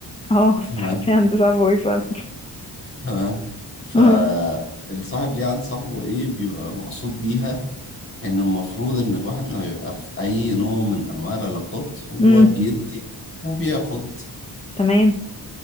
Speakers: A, on the left; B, on the left.
A: اه
B: تمام
A: في هندسة فوي فعلا
B: تمام فالصاحب
A: أمم،
B: ليه عند صاحبه ايه بيبقى مقصود بيها ان المفروض ان الواحد لما يبقى في اي نوع من انواع العلاقات هو
A: أمم،
B: بيدي وبياخد
A: تمام